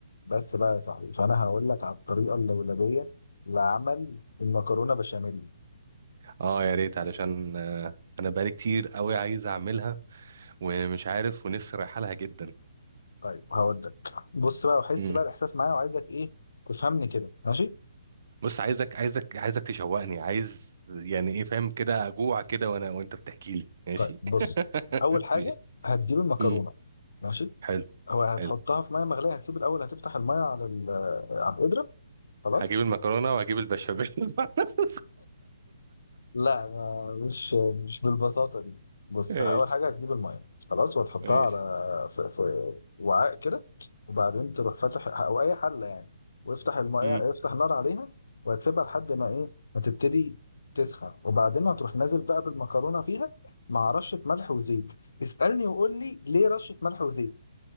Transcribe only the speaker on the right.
اه يا ريت علشان آه، انا بقالي كتير قوي عايز اعملها ومش عارف ونفسي رايحه لها جدا
امم
بص عايزك عايزك عايزك تشوقني عايز يعني ايه فاهم كده اجوع كده وانا وانت بتحكي لي ماشي
<laughs>
ماشي
امم
حلو
حلو
هجيب المكرونه وهجيب البشاميل <laughs>
ماشي
ماشي
امم